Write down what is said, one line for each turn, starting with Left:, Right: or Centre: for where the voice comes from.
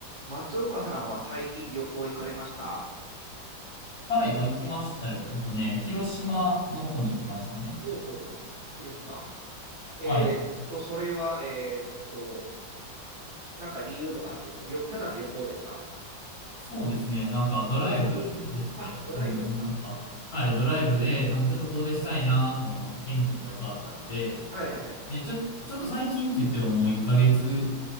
Right: 松岡さんは最近旅行行かれました
Left: はい、あ、行きましたよ。えっとね、広島の方に行きましたね。
Right: おうほうほう、広島。えーっと、
Left: はい。
Right: それは、えーっと、なんか理由とかあってですか旅ただの旅行ですか
Left: そうですね、なんかドライブでですね、
Right: あ、
Left: 普通になんか、
Right: ドライブ。
Left: はい、ドライブで、なんかちょっと遠出したいなと思って、天気も良かったので、
Right: はいはいはい。
Left: で、ちょ、ちょっと最近って言ってももう1ヶ月